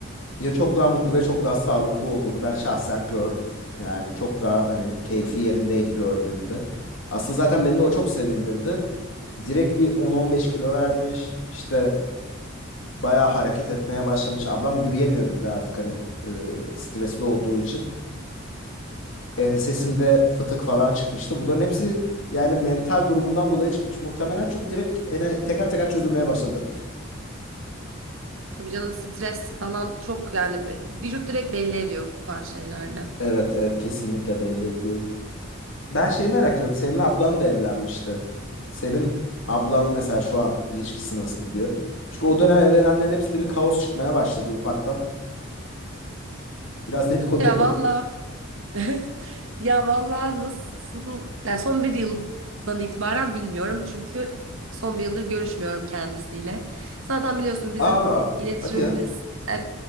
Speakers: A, on the left; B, on the right.
A: Ya çok daha mutlu ve çok daha sağlıklı olduğunu ben şahsen gördüm. Yani çok daha hani keyfi
B: Tabii,
A: yerindeydi gördüğümde. Aslında zaten beni de o çok sevindirdi. Direkt bir 10-15 kilo vermiş. İşte bayağı hareket etmeye başlamış. Ablam yürüyemiyordu bile artık hani e, stresli olduğu için. Ensesinde fıtık falan çıkmıştı. Bunların hepsi yani mental durumundan dolayı çıkmış muhtemelen. Çünkü direkt hani teker teker çözülmeye başladı.
B: tabii canım stres falan çok yani be- vücut direkt belli ediyor bu tarz şeylerde.
A: Evet evet kesinlikle belli ediyor. Ben şeyi merak ediyorum. Senin ablan da evlenmişti. Senin ablan mesela şu an ilişkisi nasıl gidiyor? Çünkü o dönem evlenenlerin hepsinde bir kaos çıkmaya başladı ufaktan. Biraz dedikodu
B: Ya
A: yapalım.
B: valla <laughs> ya valla nasıl yani son bir yıldan itibaren bilmiyorum çünkü son bir yıldır görüşmüyorum kendisiyle. Zaten biliyorsun bizim
A: Aa,
B: iletişimimiz
A: hadi ya.
B: e,